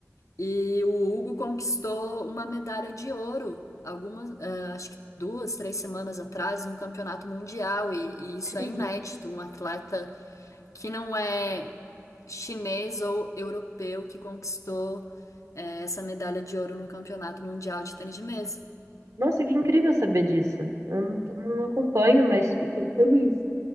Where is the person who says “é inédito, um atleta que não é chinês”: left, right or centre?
Left